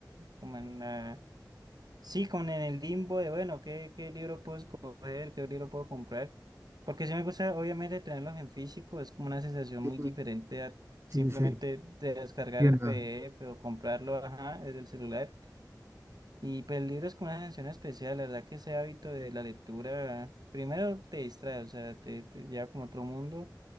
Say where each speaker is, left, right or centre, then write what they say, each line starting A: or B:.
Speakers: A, on the right; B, on the right.
A: como en la Sí, como en el limbo de, bueno, ¿qué, qué libro puedo escoger? ¿Qué libro puedo comprar? Porque sí me gusta, obviamente, tenerlos en físico. Es como una sensación
B: Sí,
A: muy diferente a
B: sí,
A: simplemente
B: sí,
A: de descargar
B: entiendo.
A: el PDF o comprarlo, ajá, desde el celular. Y pues el libro es como una sensación especial. La verdad que ese hábito de la lectura, primero te distrae, o sea, te, te lleva como a otro mundo.